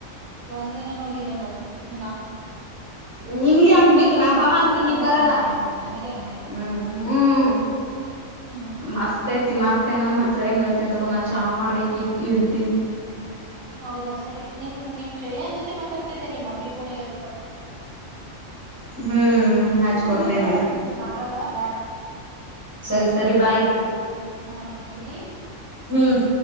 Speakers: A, on the right (about 80°); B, on the right (about 15°).
A: ಒಂದ್ ದಿನಾನೂ ಹೋಗಿಲ್ಲಲ್ಲ ಅದಕ್ಕ ನಾವು್
B: ನಿನ್ಗೆ ಆಗ್ಬೇಕ ನಾ ಬಾ ಅಂತೀನಿ ನೀ
A: ನನಗೆ
B: ಬರಲ್ಲ
A: ನನಗೆ ಹ್ಮ್ ನನಗೆ ನನಗೆ
B: ಹ್ಮ್ ಹ್ಮ್.
A: ಹ್ಮ್
B: ಮಸ್ತ್ ಐತಿ ಮತ್ ಹಿನ್ನೊಮ್ಮ ಹೆಚ್ಚಾದಾಗ ಹೇಳ್ತೀನಿ ತೊಗೊ ನಾ ಚಾ ಮಾಡ್ಬೇಕ್ ಈಗ ಇಡ್ತೀನಿ.
A: ಹೌದಾ ಸರಿ ನಿಮ್ ನಿಮ್ ಶ್ರೇಯನ ಜೊತೆ ಮಾತಾಡ್ತಿದ್ದೆ ನಿಮ್ಮ ಮಮ್ಮಿ ಪೋನಿಗಿ ಹಚ್ ಕೊಟ್ಟರ್.
B: ಹ್ಮ್ ಹಚ್ಕೊಡ್ತೇನಿರು
A: ಇರ್ಲಿ ಬಿಡ ಹತ್ ನಿಮಿಷ ಆಗಲ್ಲ ಬ್ಯಾಡ.
B: ಸರಿ ಸರಿ ಬಾಯ ಈಗ
A: ಹಾ ಇರ್ಲಿ
B: ಹ್ಮ್.